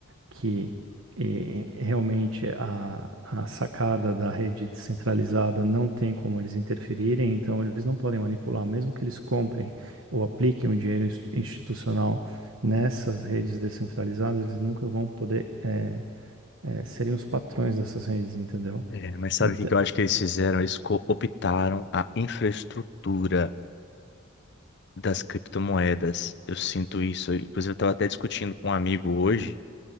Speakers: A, on the right (about 75°); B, on the left (about 55°).
A: que eh, realmente a, a sacada da rede descentralizada não tem como eles interferirem, então eles não podem manipular, mesmo que eles comprem ou apliquem o dinheiro ins- institucional nessas redes descentralizadas, eles nunca vão poder eh, eh, serem os patrões dessas redes, entendeu?
B: É, mas sabe
A: Então,
B: o que que eu acho que eles fizeram? Eles cooptaram a infraestrutura das criptomoedas. Eu sinto isso. Inclusive, eu estava até discutindo com um amigo hoje